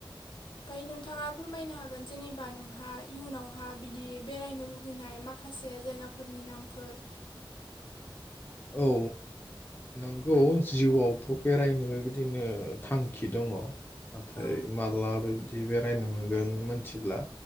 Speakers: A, on the left; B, on the left.
A: ओमफाय नोंथाङा फोरमायनो हागोन जेनेबा नोंहा इयुनावहा बिदि बेरायनो लुुबैनाय मा माखासे जायगाफोरनि नामफोर
B: औ नंगौ जिउआवथ' बेरायनो बेबायदिनो थांखि दङ। नाथाय
A: औ
B: मालाबो बिदि बेरायनो मोनगोन मोनथिला।